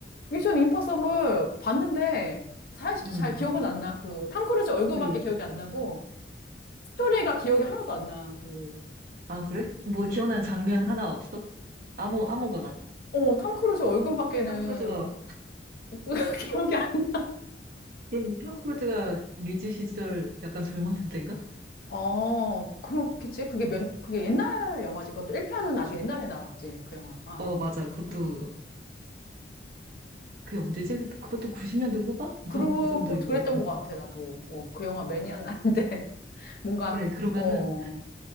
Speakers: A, on the left; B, on the right.
A: 미션 임파서블 봤는데 사실
B: 응.
A: 잘 기억은 안 나. 그 탐 크루즈 얼굴밖에
B: 그,
A: 기억이 안 나고 스토리가 기억이 하나도 안 나. 그
B: 아, 그래? 뭐 기억나는 장면 하나 없어? 아무 아무거나.
A: 어, 탐 크루즈 얼굴밖에는
B: 톰 크루즈가
A: <laughs> 기억이 안 나.
B: 그럼 톰 크루즈가 리즈 시절 약간 젊었을 땐가?
A: 어, 그렇겠지. 그게 몇 그게 옛날 영화지. 그것도 1편은 아주 옛날에 나왔지. 그 영화가.
B: 어, 맞아. 그것도, 그게 언제지? 그것도 90년대 후반? 그
A: 그렇고
B: 정- 그 정도인
A: 그랬던
B: 것 같은데.
A: 것 같아. 나도. 어, 그 영화 매니아는 아닌데 <laughs> 뭔가
B: 그래, 그러면은,
A: 어,